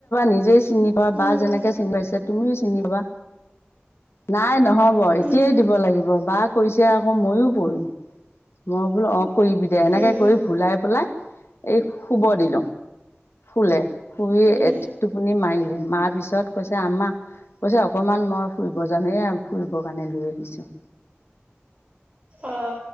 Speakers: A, on the left; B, on the right.
A: নিজেই চিনি পাবা বা
B: উম
A: যেনেকে চিনি পাইছে তুমিও চিনি পাবা। নাই নহ'ব এতিয়াই
B: উম
A: দিব লাগিব। বা কৈছে আকৌ ময়ো কৰিম। মই বোলো অ কৰিবি দে এনেকে
B: উম
A: কৰি ভুলাই পেলাই এই শুব দিলো শুলে। শুই
B: উম
A: এত টোপুনি মাৰিলে। মাৰ পিছত কৈছে আ্ম্মা কৈছে অকমান মই ফুৰিব যাওঁ এয়া ফুৰিব কাৰণে লৈ আহিছো।
B: অ'